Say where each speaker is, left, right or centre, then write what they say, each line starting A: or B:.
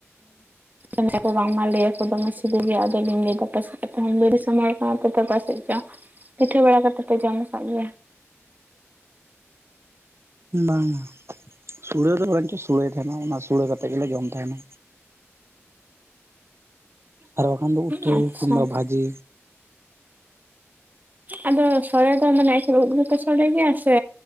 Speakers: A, on the right (about 35°); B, on the right (about 60°).
A: ᱩᱸ ᱠᱚ ᱵᱟᱝᱢᱟ ᱞᱟᱹᱭ ᱟᱠᱚ ᱫᱚᱢᱮ ᱥᱤᱵᱤᱞ ᱜᱮᱭᱟ ᱟᱫᱚ ᱞᱤᱧ ᱞᱟᱹᱭᱫᱟ ᱯᱟᱥᱮᱡ ᱵᱤᱲᱤ ᱥᱟᱱᱟᱭᱮ ᱠᱟᱱᱟ ᱯᱟᱥᱮᱡ ᱪᱚ ᱯᱤᱴᱷᱟᱹ ᱵᱟᱲᱟ ᱠᱟᱛᱮᱫ ᱯᱮ ᱡᱚᱢ ᱠᱟᱜ ᱜᱮᱭᱟ?
B: ᱵᱟᱝᱼᱟ ᱥᱩᱲᱮ ᱫᱚ ᱵᱚᱨ ᱪᱚ ᱥᱩᱲᱮ ᱛᱟᱦᱮᱱᱟ ᱚᱱᱟ ᱥᱩᱲᱮ ᱠᱟᱛᱮᱫ ᱜᱮᱞᱮ ᱡᱚᱢ ᱛᱟᱦᱮᱱᱟ᱾ ᱟᱨ ᱵᱟᱠᱷᱟᱱ ᱫᱚ
A: ᱦᱮᱸ
B: ᱩᱛᱩ
A: ᱟᱪᱪᱷᱟ
B: ᱠᱤᱱᱵᱟ ᱵᱷᱟᱹᱡᱤ
A: ᱟᱫᱚ ᱥᱚᱲᱮ ᱫᱚ ᱢᱟᱱᱮ ᱮᱠᱮᱱ ᱩᱵᱫ ᱜᱮᱯᱮ ᱥᱚᱲᱮ ᱜᱮᱭᱟ ᱥᱮ